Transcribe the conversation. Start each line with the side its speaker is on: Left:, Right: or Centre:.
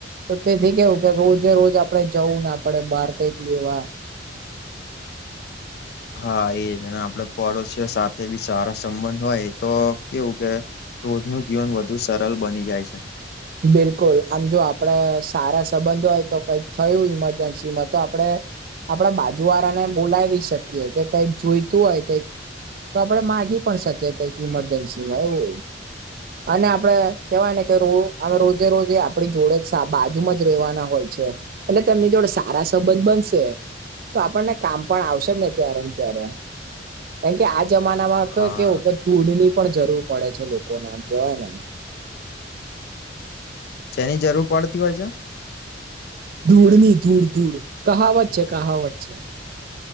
Right: તો તેથી કેવું કે રોજે રોજ આપણેે જવું ના પડે બાર કઈક લેવા.
Left: હા એજ ને આપડે પડોશીઓ સાથે બી સારા સંબંધ હોય તો કેવું કે રોજનું જીવન વધુ સરળ બની જાય છે.
Right: બિલકુલ આમ જો આપડે સારા સંબંધો હોય તો કઈક થયું ઈમરજન્સી માં તો આપડે આપડા બાજુ વાળાને બોલાવી શકીએ કે કઈક જોઈતું હોય કઈક તો આપડે માંગી પણ શકીએ કક ઇમરજન્સી માં એવું હો. અને આપડે કેવાય ને કે રો હવે રોજે રોજે આપડી જોડે જ સા બાજુમાં જ રેવાના હોય છે. એટલે તેમની જોડે સારા સંબંધ બનશે. તો આપણને કામ પણ આવશે ને ક્યારે ને ક્યારે. કેન કે આ જમાનામાં
Left: હા
Right: ક કેવું કે ધૂળની પણ જરૂર પડે છે લોકોને કેવાય ને.
Left: છેની જરૂર પડતી હોય છે?
Right: ધૂળની ધૂળ ધૂળ કહાવત છે કહાવત છે.